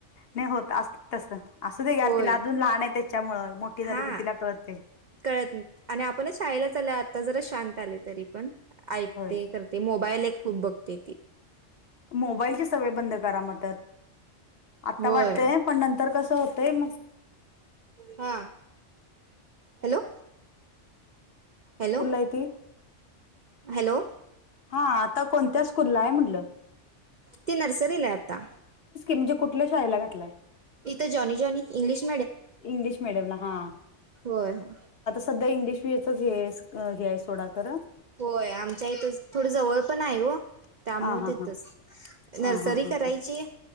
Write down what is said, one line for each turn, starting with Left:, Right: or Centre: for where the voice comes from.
Left: नाही होत असत तसं असू दे घ्याल
Right: होय
Left: तिला अजून लहान आहे त्याच्यामुळे मोठी झाली
Right: हा
Left: की तिला कळते.
Right: कळत नाही आणि आपणच शाळेलाच आल आता जरा शांत आले तरी पण. ऐकते
Left: होय काय?
Right: करते मोबाईल एक खूप बघते ती.
Left: मोबाईलची सवय बंद करा म आता
Right: होय
Left: वाटतय पण नंतर क. होतंय मग.
Right: हा हॅलो. हॅलो
Left: फलायती.
Right: हॅलो.
Left: हा आता कोणत्या स्कूलला आहे म्हटलं
Right: ती नर्सरीला आता.
Left: ण कुठ श घय
Right: इथं जॉनी जॉनी इंग्लिश
Left: इ मडयम ह.
Right: हो ह.
Left: सध्या इंग्लिश मी येतच हे हे आहे सोडाकर
Right: होय आमच्या इथं थोड जवळ पण आहे व. त्यामुळे
Left: हा हा
Right: तेतच
Left: हा
Right: नर्सरी
Left: हा हा हा
Right: करायची
Left: हा